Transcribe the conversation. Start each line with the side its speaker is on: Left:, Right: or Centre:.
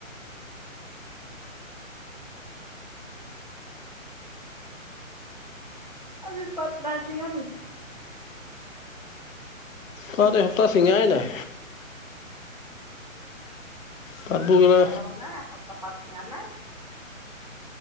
Right: আজি পাট নাই চিঙা নি
Left: পাত সপ্তাহ চিঙাই নাই। পাতবোৰ
Right: ইমান নাইকিয়া
Left: গ'লে
Right: হ'ল না এসপ্তাহ পাত চিঙা নাই